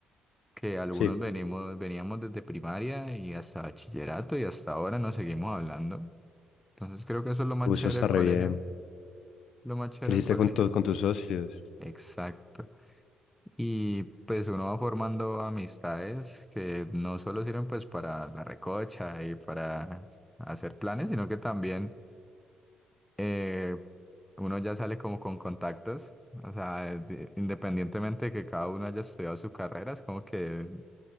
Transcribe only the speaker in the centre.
que algunos
venimos, veníamos desde primaria y hasta bachillerato y hasta ahora nos seguimos hablando. Entonces creo que eso es lo más
chévere
del
colegio,
lo más chévere
del colegio.
Exacto. Y pues uno va formando amistades que no solo sirven pues para la recocha y para hacer planes, sino que también eh, uno ya sale como con contactos. O sea, de- independientemente de que cada uno haya estudiado su carrera, es como que